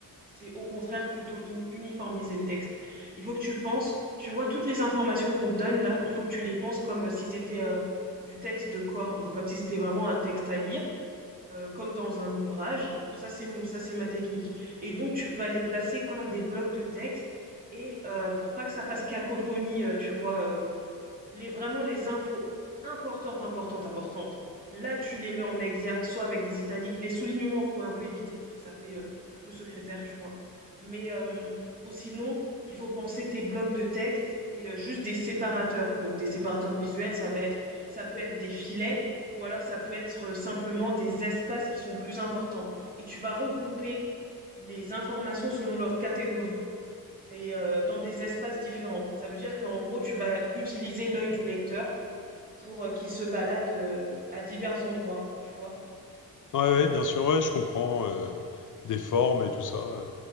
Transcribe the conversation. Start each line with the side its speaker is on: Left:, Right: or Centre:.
Right: c'est au contraire plutôt in- uniformiser le texte. Il faut que tu penses, tu vois, toutes les informations qu'on te donne là, il faut que tu les penses comme euh, si c'était euh, du texte de corps, donc comme si c'était vraiment un texte à lire, euh, comme dans un ouvrage. Ça, c'est mon- ça, c'est ma technique. Et donc, tu vas les placer comme des blocs de texte. Et euh, pour pas que ça fasse cacophonie, euh, tu vois, euh, les, vraiment les infos importantes, importantes, importantes. Là, tu les mets en exergue, soit avec des italiques. Les soulignements, il faut un peu éviter, parce que ça fait euh, un peu secrétaire, tu vois. Mais euh, ou sinon, il faut penser tes blocs de texte et euh, juste des séparateurs. Donc, des séparateurs visuels, ça va être, ça peut être des filets, ou alors ça peut être euh, simplement des espaces qui sont plus importants. Et tu vas regrouper les informations selon leur catégorie et euh, dans des espaces différents. Ça veut dire qu'en gros, tu vas utiliser l'œil du lecteur pour euh, qu'ils se baladent euh, à divers endroits, tu vois.
Left: Ouais, ouais, bien sûr, ouais, je comprends, heu, des formes et tout ça, heu,